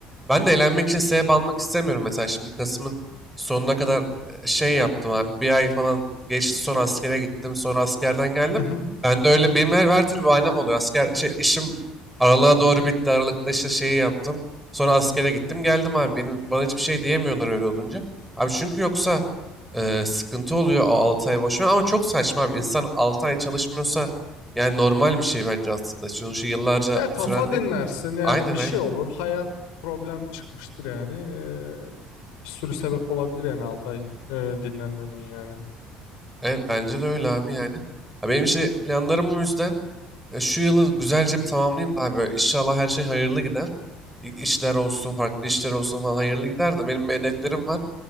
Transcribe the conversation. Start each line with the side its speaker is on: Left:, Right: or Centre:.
Centre: Ben de elenmek için sebep almak istemiyorum. Mesela şimdi Kasım'ın sonuna kadar e, şey yaptım abi. Bir ay falan geçti sonra askere gittim. Sonra askerden geldim.
Left: Hı hı.
Centre: Ben de öyle benim her, her türlü bahanem oluyor. Asker şey, işim aralığa doğru bitti. Aralıkta işte şeyi yaptım. Sonra askere gittim geldim abi. Benim bana hiçbir şey diyemiyorlar öyle olunca. Abi çünkü yoksa e, sıkıntı oluyor o 6 ay boşuna ama çok saçma abi. İnsan 6 ay çalışmıyorsa yani normal bir şey bence aslında. Sonuçta yıllarca
Left: Ya kafa
Centre: süren değil.
Left: dinlersin yani
Centre: Aynen
Left: bir
Centre: aynen.
Left: şey olur hayat problem çıkmıştır yani E, bir sürü sebep olabilir yani 6 ay e, dinlenmenin yani.
Centre: Evet bence de öyle abi yani. Ya benim işte planlarım o yüzden e, şu yılı güzelce bir tamamlayayım da abi. Böyle İnşallah her şey hayırlı gider. İ- İşler olsun, farklı işler olsun falan hayırlı gider de benim bir hedeflerim var.